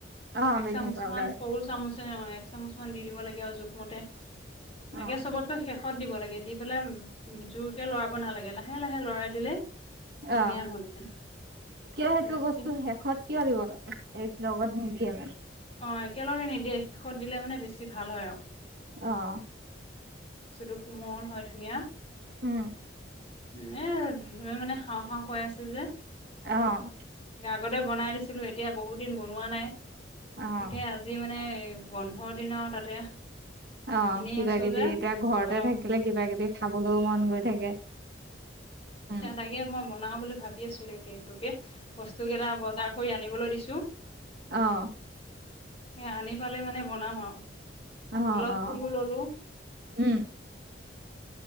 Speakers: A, on the right; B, on the left.
A: অ',
B: এক
A: বেকিং
B: চামুচমান
A: পাউদাৰ
B: সৰু চামুচ অ'এক চামুচ মান দি দিব লাগে আৰু জোখমতে
A: অ',
B: একে চবতকৈ শেষত দিব লাগে। দি পেলে জোৰকে লৰাব নালাগে লাহে লাহে লৰাই দিলে ধুনীয়া
A: অ'
B: হৈ যায়
A: কিয় সেইটো
B: মানে তেতিয়া
A: বস্তু শেষত কিয় দিব লাগে এক লগত নিদিয়ে মানে
B: অ' একেলগে নিদিয়ে, শেষত দিলে মানে বেছি ভাল হয় আৰু।
A: অ'।
B: বস্তুটো কোমল হয়, ধুনীয়া।
A: উম।
B: উম। এও মানে খাওঁ, খাওঁ কৈ আছে যে।
A: অ'।
B: আগতে বনাই দিছিলো, এতিয়া বহুত দিন বনোৱা নাই।
A: অ',
B: তাকে আজি মানে। বন্ধৰ দিন আৰু তাতে।
A: অ,
B: এনেই
A: কিবা,
B: আছো
A: কিবি
B: যে
A: এতিয়া ঘৰতে
B: অ
A: থাকিলে কিবা, কিবি খাবলৈও মন গৈ থাকে। উম,
B: সে, তাগে মই বনাওঁ। অ, বুলি ভাবি আছো কেকটোকে। বস্তু কেইটা বজাৰ কৰি আনি। বলৈ দিছো।
A: অহ।
B: সেই আনি পালে মানে বনাম আৰু।
A: অ',
B: হল,
A: অ',
B: সকলোবোৰ ললো।
A: উম,